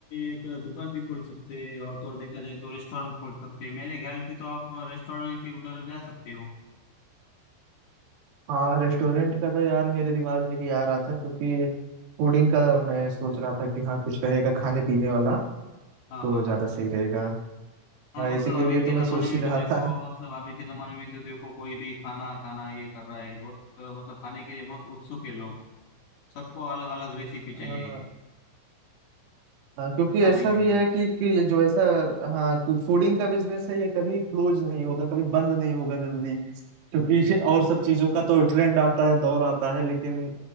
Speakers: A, on the left (about 60°); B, on the right (about 90°).
A: एक दुकान भी खोल सकते हैं और तो और देखा जाए तो रेस्टोरेंट खोल सकते हैं मेरे ख्याल से तो आप रेस्टोरेंट के उधर जा सकते हो
B: हाँ रेस्टोरेंट का तो यार मेरे दिमाग में भी आ रहा था क्योंकि फूडिंग का मैं सोच रहा था कि हाँ कुछ रहेगा खाने पीने वाला
A: हाँ
B: तो
A: हाँ
B: ज्यादा
A: हाँ
B: सही रहेगा
A: हाँ
B: अ,
A: मतलब
B: इसी के
A: अभी
B: लिए तो
A: के
B: मैं
A: जमाने
B: सोच
A: में
B: ही
A: तो
B: रहा
A: देखो
B: था
A: मतलब अभी के जमाने में तो देखो कोई भी खाना खाना ये कर रहा है बहुत मतलब खाने के लिए बहुत उत्सुक है लोग सबको अलग अलग रेसिपी चाहिए
B: हाँ। हाँ क्योंकि
A: खाने
B: ऐसा
A: के
B: भी
A: लिए
B: है कि कि ये जो ऐसा हाँ फूडिंग का बिजनेस है ये कभी क्लोज नहीं होगा कभी बंद नहीं होगा जल्दी क्योंकि ये और सब चीजों का तो ट्रेंड आता है दौर आता है लेकिन